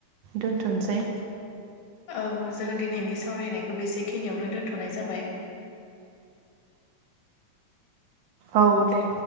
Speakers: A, on the right (about 75°); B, on the left (about 85°).
A: दोनथ'नसै।
B: औ जों दिनैनि सावरायनायखौ बेसे खिनियावनो दोनथ'नाय जाबाय। <inaudible>
A: औ दे